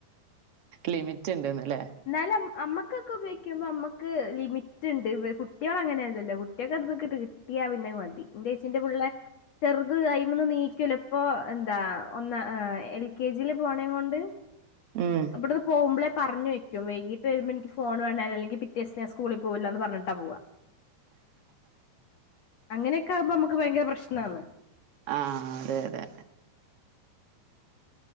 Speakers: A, on the right (about 65°); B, on the left (about 70°).
A: ലിമിറ്റ്ണ്ട്ന്ന് ല്ലേ
B: എന്നാലും നമ്മൾക്കൊക്കെ ഉപയോഗിക്കുമ്പോൾ നമ്മൾക്ക് ലിമിറ്റ് ഉണ്ട് കുട്ട്യോളങ്ങനെലല്ലോ കുട്ട്യോകത്ക്ക് കിട്ടിയാ പിന്നെഅ്മതി ന്റെച്ചിന്റെ പുള്ളേ ചെറുത് അഴിമന്ന് നീക്കൂല ഇപ്പൊ എന്താ ഒന്ന് എൽകെജിൽപോകുന്നത കൊണ്ട് <inaudible>
A: ഉം
B: ഇബ്‌ട്ന്ന് പോകുമ്പളേ പർഞ്ഞു വയ് വൈകീട്ട് വരുമ്പോ എനിക്ക് ഫോൺ വൈകിട്ട് വരുമ്പോൾ എനിക്ക് ഫോൺ വേണം അല്ലെങ്കിൽ പിറ്റേ ദിവസം ഞാൻ സ്കൂളിൽ പോകില്ല എന്ന് പറഞ്ഞിട്ടാ പോകുക അങ്ങനെയക്കെ ആവുമ്പോൾ നമുക്ക് ഭയങ്കര പ്രശ്നമാണ്
A: ആഹ് അതെ അതെ